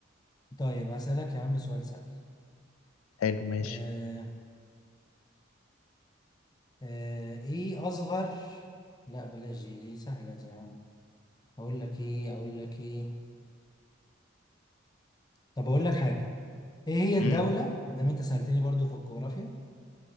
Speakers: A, on the left; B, on the left.
A: طيب هسألك يا عم سؤال سهل
B: حلو ماشي
A: آه آه ايه اصغر لا بلاش دي دي سهلة دي يا عم اقول لك ايه اقول لك ايه طب اقول لك حاجة ايه هي الدولة
B: مم.
A: ما دام انت سألتني برضو في الجغرافيا